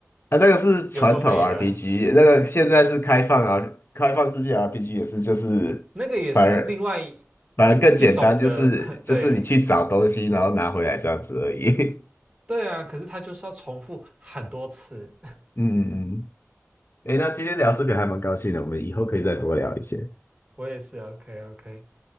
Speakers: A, on the left; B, on the right.
A: 啊，那个是传统
B: 有够累的。
A: RPG，那个现在是开放啊，开放世界 RPG 也是就是反而
B: 那个也是另外
A: 反而更简单，
B: 一种的，
A: 就是就是你去找东西然后拿回来这样子而已。
B: 对对啊，可是他就是要重复很多次。
A: <laughs> 嗯嗯嗯，诶，那今天聊这个还蛮高兴的，我们以后可以再多聊一些。
B: 我也是，OK OK，